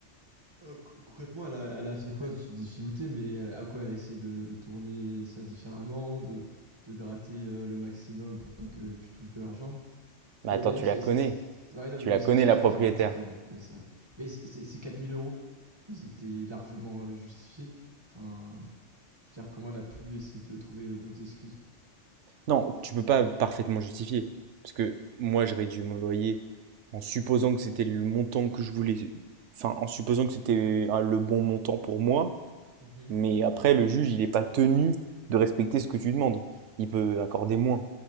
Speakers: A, on the right; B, on the right.
A: Euh, co- concrètement, elle a, elle a fait quoi? Tu dis filouter, mais elle- à quoi elle a essayé de, de tourner ça différemment, de, de gratter euh, le maximum pour pas que tu touches de l'argent.
B: Bah
A: Et
B: attends,
A: d'ailleurs,
B: tu
A: c'est,
B: la connais,
A: c'est, c'est- ouais, non,
B: tu
A: mais
B: la
A: oui, c'est
B: connais
A: vrai que je
B: la
A: je
B: propriétaire.
A: la connais un petit peu. Oui, c'est vrai. Mais c'est- c'est- ces 4000 euros, ils étaient largement euh, justifiés. Enfin, je veux dire, comment elle a pu essayer de trouver euh, d'autres excuses?
B: Non, tu peux pas parfaitement justifier. Parce que moi, j'aurais dû mon loyer en supposant que c'était le montant que je voulais. Enfin, en supposant que c'était euh, le bon montant pour moi.
A: Mhm.
B: Mais après, le juge, il n'est pas tenu de respecter ce que tu demandes. Il peut accorder moins.